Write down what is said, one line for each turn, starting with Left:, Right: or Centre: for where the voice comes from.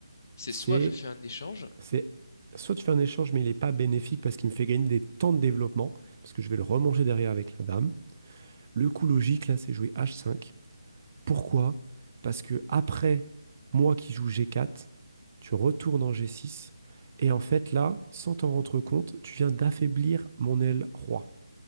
Left: c'est
Right: C'est,
Left: soit je fais un échange,
Right: c'est soit tu fais un échange, mais il n'est pas bénéfique parce qu'il me fait gagner des temps de développement, parce que je vais le remanger derrière avec la dame. Le coup logique, là, c'est jouer H5. Pourquoi? Parce que après, moi qui joue G4, tu retournes en g six et en fait là, sans t'en rendre compte, tu viens d'affaiblir mon aile roi.